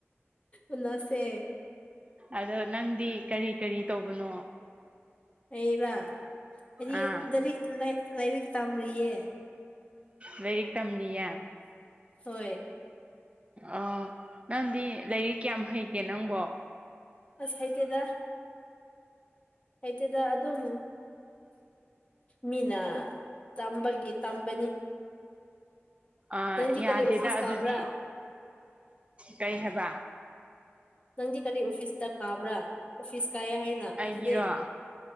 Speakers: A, on the left (about 25°); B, on the right (about 25°).
A: ꯎꯅꯁꯦ
B: ꯑꯗꯣ ꯅꯪꯗꯤ ꯀꯔꯤ ꯀꯔꯤ ꯇꯧꯕꯅꯣ
A: ꯑꯩꯔꯥ ꯑꯩꯗꯤ
B: ꯑꯥ
A: ꯂꯥꯏꯔꯤꯛ ꯂꯥꯏꯔꯤꯛ ꯇꯝꯔꯤꯌꯦ
B: ꯂꯥꯏꯔꯤꯛ ꯇꯝꯂꯤꯌꯦ
A: ꯍꯣꯏ
B: ꯑꯥ ꯅꯪꯗꯤ ꯂꯥꯏꯌꯤꯛ ꯀꯌꯥꯝ ꯍꯩꯒꯦ ꯅꯪꯕꯣ꯫
A: ꯑꯁ ꯍꯩꯇꯦꯗ ꯍꯩꯇꯦꯗ ꯑꯗꯨꯝ ꯃꯤꯅ ꯇꯝꯕꯒꯤ ꯇꯝꯕꯅꯤ
B: ꯑꯥ
A: ꯅꯪꯗꯤ
B: ꯌꯥꯗꯦꯗ
A: ꯀꯔꯤ ꯑꯣꯐꯤꯁ
B: ꯑꯗꯨꯗꯤ
A: ꯀꯥꯕ꯭ꯔꯥ
B: ꯀꯩ ꯍꯥꯏꯕ
A: ꯅꯪꯗꯤ ꯀꯔꯤ ꯑꯣꯐꯤꯁꯇ ꯀꯥꯕ꯭ꯔꯥ ꯑꯣꯐꯤꯁ ꯀꯥꯏꯌꯦ ꯍꯥꯏꯅ ꯅꯪꯗꯤ
B: ꯑꯩꯒꯤꯔꯣ ꯑ